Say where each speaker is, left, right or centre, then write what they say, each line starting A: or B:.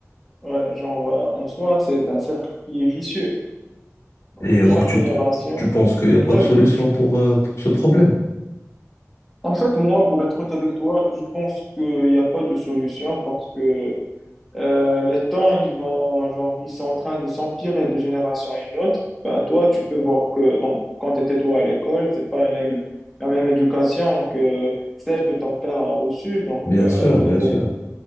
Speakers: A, in the centre; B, on the left.
A: Ouais, genre, euh, en soi, c'est un cercle qui est vicieux. Donc,
B: Et donc,
A: chaque
B: tu,
A: génération.
B: tu penses qu'il n'y
A: Ouais,
B: a pas de solution
A: ben.
B: pour, euh, pour ce problème?
A: En fait, moi, pour être honnête avec toi, je pense qu'il n'y a pas de solution parce que Euh, les temps, ils vont, genre, ils sont en train de s'empirer de génération à une autre. Ben, toi, tu peux voir que donc, quand tu étais toi à l'école, c'est pas la même, la même éducation que celle que ton père a reçue. Donc,
B: Bien
A: euh,
B: sûr, bien sûr.